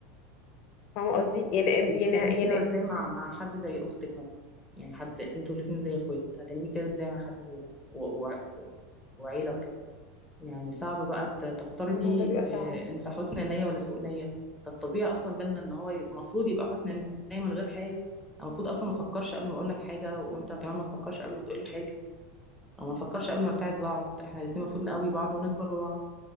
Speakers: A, on the left; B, in the centre.
A: فاهمه قصدي يعني يعني
B: هتعملي
A: يعني
B: كده ازاي مع مع حد زي اختك مثلا يعني حد انتوا الاتنين زي اخوات هتعملي كده ازاي مع حد زي ده و... و... وعيله وكده يعني صعب بقى ت- تفترضي
A: ما الموضوع بيبقى صعب
B: آه، انت حسن نيه ولا سوء نيه ده الطبيعي اصلا بينا ان هو يبقى- المفروض يبقى حسن نيه من غير حاجه أنا المفروض اصلا ما افكرش قبل ما اقول لك حاجه وانت كمان ما تفكرش قبل ما تقولي حاجه او ما نفكرش قبل ما نساعد بعض احنا الاتنين المفروض نقوي بعض ونكبر ببعض